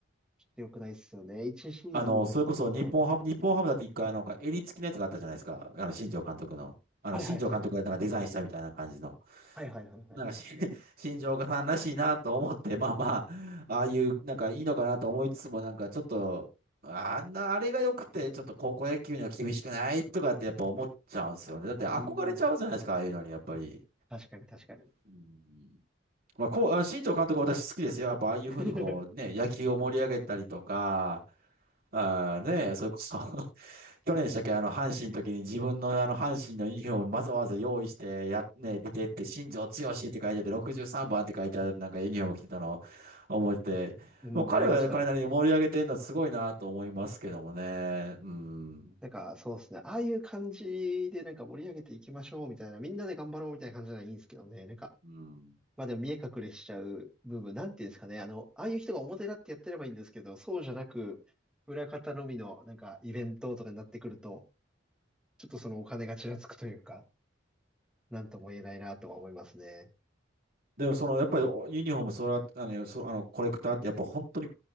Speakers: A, in the centre; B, on the right (about 50°).
A: ちょっと良くないっすよね。1シーズンでそれこそ、
B: あの、それこそ日本ハム、日本ハムだって一回なんか襟付きのやつがあったじゃないですか。あの、新庄監督の。あの、
A: はいはいはい。
B: 新庄監督がなんかデザインしたみたいな感じの。
A: はいはいはいはい。
B: なんかし、<laughs> 新庄岡さんらしいなと思って、まあまあ、ああいう、なんかいいのかなと思いつつも、なんかちょっと、あんな、あれが良くて、ちょっと高校野球には厳しくないとかってやっぱ思っちゃうんですよね。だって憧れちゃうじゃないですか、
A: うんうん。
B: ああいうのに、やっぱり。
A: 確かに確かに。
B: うん。まあ、こう、あ、新庄監督は私好きですよ。やっぱああいうふうにこう、
A: <laughs>
B: ね、野球を盛り上げたりとか、あーね、それこそ <laughs> 去年でしたっけ、あの、阪神の時に自分のあの、阪神のユニフォームわざわざ用意して、や、ね、出てって、新庄剛志って書いてあって、63番って書いてある、なんかユニフォーム着てたのを思って、
A: うん、
B: もう彼はね彼なりに盛り上げてるのはすごいなと思いますけどもね。
A: やりましたね。
B: うん。
A: なんか、そうですね。ああいう感じでなんか盛り上げていきましょうみたいな、みんなで頑張ろうみたいな感じならいいんですけどね。なんか、
B: うん。
A: まあでも見え隠れしちゃう部分、なんていうんですかね。あの、ああいう人が表立ってやってればいいんですけど、そうじゃなく、裏方のみのなんかイベントとかになってくると、ちょっとそのお金がちらつくというか、なんとも言えないなとは思いますね。
B: でもその、やっぱりユニフォーム、それは、あの、そ、あの、コレクターってやっぱ本当に